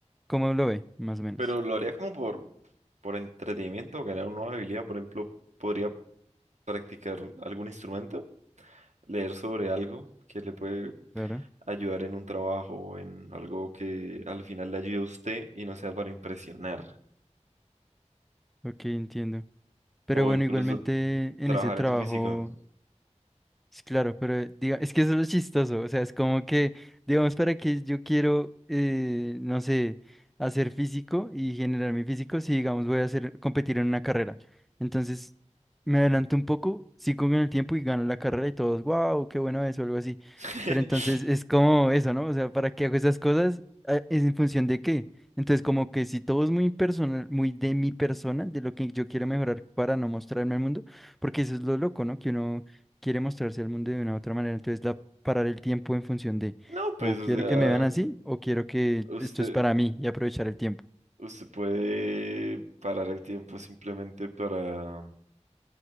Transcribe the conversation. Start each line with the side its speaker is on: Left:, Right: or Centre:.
Centre: ¿cómo lo ve? Más o menos.
Right: pero lo haría como por, por entretenimiento, ganar una nueva habilidad, por ejemplo, podría practicar algún instrumento, leer sobre algo que le puede
Centre: Claro.
Right: ayudar en un trabajo, o en algo que al final le ayude a usted y no sea para impresionar.
Centre: Ok, entiendo. Pero
Right: O
Centre: bueno,
Right: incluso
Centre: igualmente en
Right: trabajar
Centre: ese trabajo.
Right: en su físico.
Centre: Sí, Claro, pero eh, diga, es que eso es lo chistoso, o sea, es como que, digamos, para que yo quiero, eh, no sé, hacer físico y generar mi físico, si digamos voy a hacer, competir en una carrera. Entonces, me adelanto un poco, sigo con el tiempo y gano la carrera y todos, wow, qué bueno eso, algo así.
Right: <laughs>
Centre: Pero entonces es como eso, ¿no? O sea, ¿para qué hago esas cosas? Ah, ¿Es en función de qué? Entonces, como que si todo es muy personal, muy de mi persona, de lo que yo quiero mejorar para no mostrarme al mundo, porque eso es lo loco, ¿no? Que uno quiere mostrarse al mundo de una u otra manera, entonces la parar el tiempo en función de
Right: No, pues,
Centre: o quiero
Right: o sea,
Centre: que me vean así o quiero que
Right: usted,
Centre: esto es para mí y aprovechar el tiempo.
Right: usted puede parar el tiempo simplemente para,